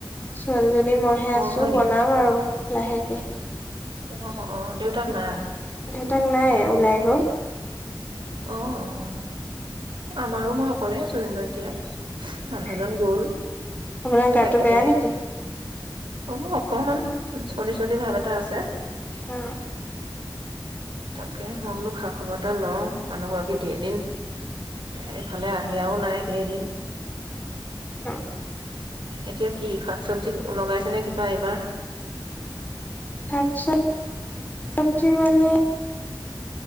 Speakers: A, on the left (about 20°); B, on the right (about 70°).
A: ছোৱালী যদি আ মইহে
B: অ
A: আছো
B: হয়
A: বনাম আৰু লাহেকে
B: আহ আহ দেউতাক নাই।
A: দেহঁতাক নাই ওলাই গ'ল
B: অ অ আমাৰো মই অকলে আছো যেনিবা এতিয়া মানুহজন
A: <inaudible>
B: গ'ল
A: আপোনাৰ গাটো
B: একেবাৰে
A: বেয়া নেকি
B: অ অকণমান চৰ্দি চৰ্দি ভাৱ এটা আছে
A: অ
B: তাকে মই বোলো খা খবৰ এটা লওঁ মানুহগৰাকী ধেৰ দিন এইফালে আহিয়াও নাই ধেৰ দিন
A: অ <inaudible>
B: এতিয়া কি শাক চবজি লগাইছেনে কিবা এইবাৰ
A: শাক <unintelligible> চবজি মানে